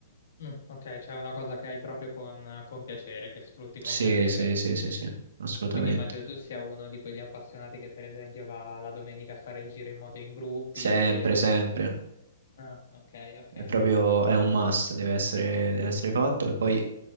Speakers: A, on the left; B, on the right.
A: Mm, ok, c'è una cosa che hai proprio con, con piacere, che sfrutti con
B: Sì,
A: piacere.
B: sì, sì, sì, sì, assolutamente.
A: Quindi immagino tu sia uno di quegli appassionati che per esempio va la domenica a fare il giro in moto in gruppi,
B: Sempre, sempre.
A: Ah, ok, ok.
B: È proprio, è un must, deve essere, deve essere fatto e poi,